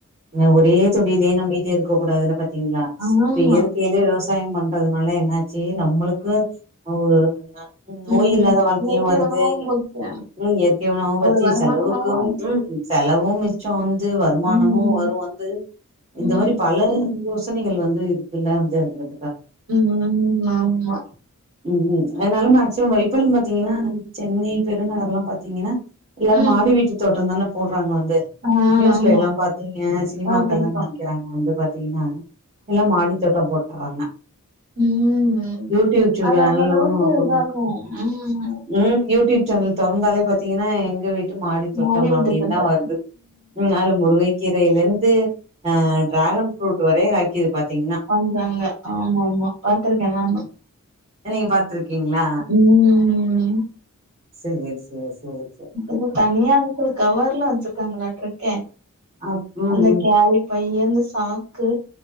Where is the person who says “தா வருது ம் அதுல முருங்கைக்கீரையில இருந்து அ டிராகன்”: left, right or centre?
Right